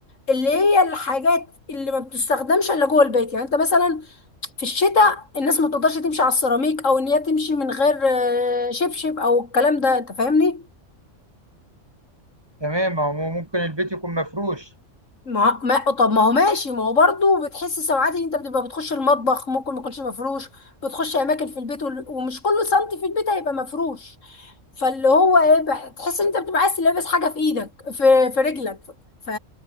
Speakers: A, on the left (about 75°); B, on the right (about 20°).
A: اللي هي الحاجات اللي ما بتستخدمش الا جوه البيت يعني انت مثلا في الشتاء الناس ما تقدرش تمشي على السيراميك او ان هي تمشي من غير آه، شبشب او الكلام ده انت فاهمني
B: تمام هو ممكن البيت يكون مفروش
A: ما ما طب ما هو ماشي ما هو برضه بتحس ساعات ان انت بتبقى بتخش المطبخ ممكن ما يكونش مفروش بتخش اماكن في البيت وال- ومش كل سنتي في البيت هيبقى مفروش فاللي هو ايه بح- تحس ان انت بتبقى عايز تلبس حاجه في ايدك في في رجلك ف